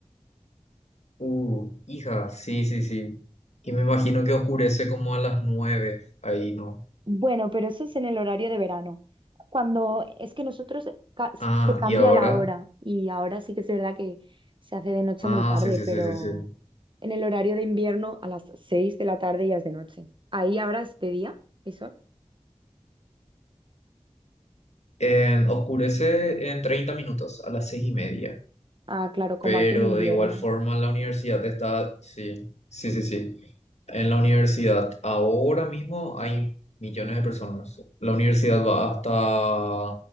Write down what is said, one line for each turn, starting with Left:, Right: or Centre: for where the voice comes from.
Left: Uh, hija, sí, sí, sí. Y me imagino que oscurece como a las 9 ahí, ¿no?
Right: Bueno, pero eso es en el horario de verano. Cuando es que nosotros ca- se
Left: Ah,
Right: cambia
Left: y ahora.
Right: la hora y ahora sí que es verdad que se hace de noche
Left: Ah,
Right: muy tarde,
Left: sí, sí,
Right: pero
Left: sí, sí, sí.
Right: en el horario de invierno a las 6 de la tarde ya es de noche. Ahí ahora es de día, ¿hay sol?
Left: En- oscurece en treinta minutos a las seis y media.
Right: Ah, claro, como
Left: Pero
Right: aquí en invierno.
Left: de igual forma en la universidad está. Sí, sí, sí, sí. En la universidad ahora mismo hay millones de personas. La universidad va hasta.